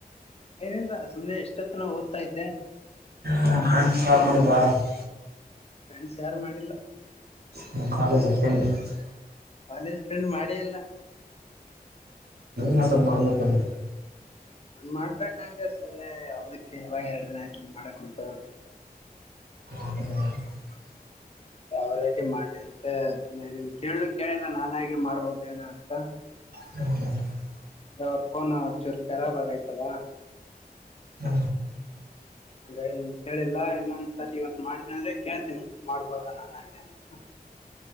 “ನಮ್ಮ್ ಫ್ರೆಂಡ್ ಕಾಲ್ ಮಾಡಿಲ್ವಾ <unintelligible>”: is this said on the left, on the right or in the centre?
Right